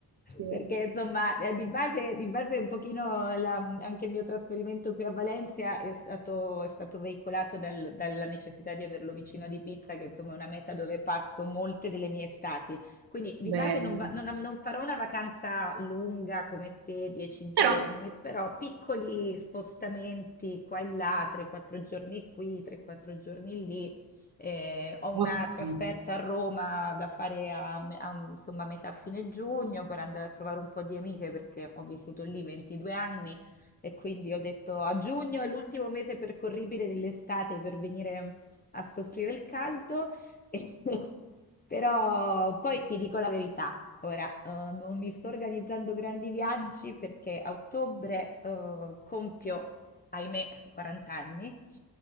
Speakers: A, on the right; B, on the left.
A: ci vuole.
B: Perché insomma, eh, di base, di base un pochino la- anche il mio trasferimento qui a Valencia è stato, è stato veicolato dal- dalla necessità di averlo vicino ad Ibiza, che insomma è una meta dove passo molte delle mie estati. Quindi di
A: Bello.
B: base non, va- non- non farò una vacanza lunga come te, dieci giorni,
A: Però,
B: però piccoli spostamenti qua e là, 3-4 giorni qui, 3-4 giorni lì. Eh, ho una
A: ottimi.
B: trasferta a Roma da fare a, me- a, insomma, metà fine giugno per andare a trovare un po' di amiche perché ho vissuto lì 22 anni e quindi ho detto a giugno è l'ultimo mese percorribile dell'estate per venire a soffrire il caldo. <laughs> Però poi ti dico la verità, ora eh, non mi sto organizzando grandi viaggi perché a ottobre eh, compio, ahimè, 40 anni.